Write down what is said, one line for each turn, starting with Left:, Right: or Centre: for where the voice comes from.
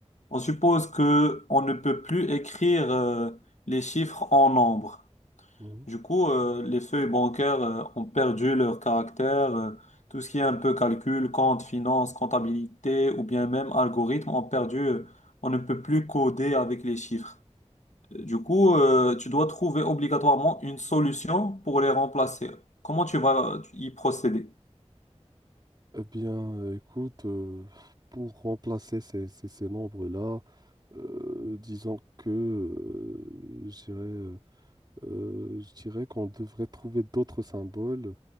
Left: on suppose que on ne peut plus écrire euh, les chiffres en nombre.
Right: Mhm.
Left: Du coup, euh, les feuilles bancaires euh, ont perdu leur caractère. euh, tout ce qui est un peu calcul, compte, finance, comptabilité ou bien même algorithme ont perdu. euh, on ne peut plus coder avec les chiffres. Du coup, euh, tu dois trouver obligatoirement une solution pour les remplacer. Comment tu vas y procéder?
Right: Eh bien, euh, écoute, euh, pour remplacer ces, ces, ces nombres-là, euh, disons que, euh, je dirais euh, Euh, je dirais qu'on devrait trouver d'autres symboles,